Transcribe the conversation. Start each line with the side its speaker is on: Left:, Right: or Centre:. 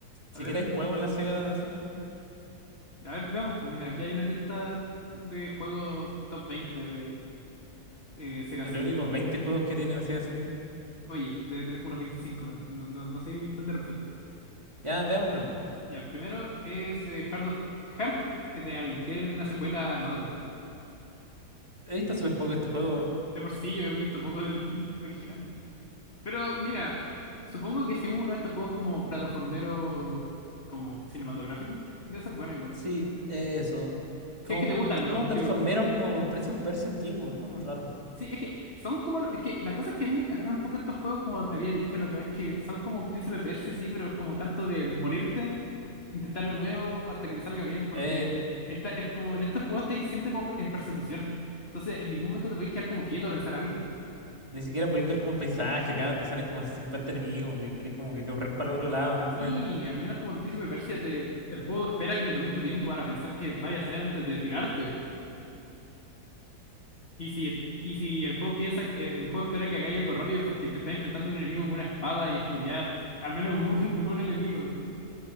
Right: si
Left: A ver,
Right: quieres juego en la Sega, sí.
Left: a ver, veamos, pues mira, aquí hay una lista de juegos top 20 de eh, Sega
Right: Es
Left: CD.
Right: los únicos 20 juegos que tiene la Sega Saturn.
Left: Oye, debe tener como unos veinticinco no, no, no, no sé ni falta de respeto.
Right: Ya, veamos primero.
Left: Ya, el primero es eh, Heart of, Heart of the- de Alguien, que es una secuela a Another World.
Right: He visto súper poco este juego.
Left: De por sí yo he visto poco del <laughs> original. Pero mira, supongo que si uno de estos juegos como plataformero, como cinematográfico, debe ser bueno igual.
Right: Sí, eh, eso.
Left: Si
Right: Como,
Left: es que te gustan los
Right: como
Left: tipos.
Right: plataformero, como Prince of Persia antiguo. Es como raro.
Left: Sí, es que son como. Es que la cosa es que a mí me cargan un poco estos juegos, como había dicho la otra vez, que son como Príncipe Persia, sí, pero es como tanto de morirte, intentar lo nuevo hasta que te salga bien, porque
Right: Eh,
Left: está, es como en estos juegos estáis siempre como en persecución. Entonces, en ningún momento te podéis quedar como quieto a pensar algo.
Right: ni siquiera podéis ver como el paisaje. Acá te salen como 50 enemigos y tenés como que correr para el otro lado después.
Left: Y al menos como en Príncipe Persia, te, el juego espera que te tomes tu tiempo para pensar qué vaya a hacer antes de tirarte. Y si, y si el juego piensa, que- eh, el juego espera que hagáis algo rápido es porque te está enfrentando a un enemigo con una espada y es como ya, al menos un, un, un enemigo.